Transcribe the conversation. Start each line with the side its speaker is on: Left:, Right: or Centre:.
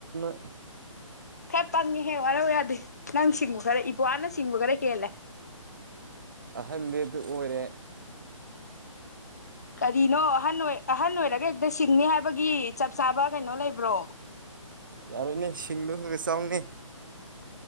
Right: <inaudible>
Left: ꯈꯔ ꯄꯪꯉꯦꯍꯦ ꯋꯥꯔꯧ ꯌꯥꯗꯦ ꯅꯪ ꯁꯤꯡꯕ ꯈꯔ ꯏꯄ꯭ꯋꯥꯅ ꯁꯤꯡꯕ ꯈꯔ ꯍꯦꯜꯂꯦ
Right: ꯑꯍꯟꯗꯨ ꯑꯣꯏꯔꯦ
Left: ꯀꯔꯤꯅꯣ ꯑꯍꯟ ꯑꯣꯏ ꯑꯍꯟ ꯑꯣꯏꯔꯒ ꯍꯦꯛꯇ ꯁꯤꯡꯅꯤ ꯍꯥꯏꯕꯒꯤ ꯆꯞ ꯆꯥꯕ ꯀꯩꯅꯣ ꯂꯩꯕ꯭ꯔꯣ
Right: ꯌꯥꯔꯣꯏꯅꯦ ꯁꯤꯡꯗꯣ ꯈꯔ ꯆꯥꯎꯅꯤ